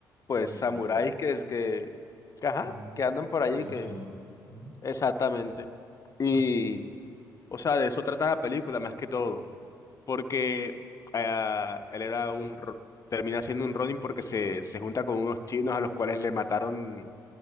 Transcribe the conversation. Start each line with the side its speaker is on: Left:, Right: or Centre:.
Right: Como
Left: pues,
Right: Vengadores,
Left: samuráis que es que, que, ajá,
Right: claro, que,
Left: que andan por
Right: que
Left: allí,
Right: tiraron
Left: que,
Right: su honor, ¿no?
Left: exactamente. Y, o sea, de eso trata la película más que todo, porque ah, él era un, ro- termina siendo un Ronin porque se, se junta con unos chinos a los cuales le mataron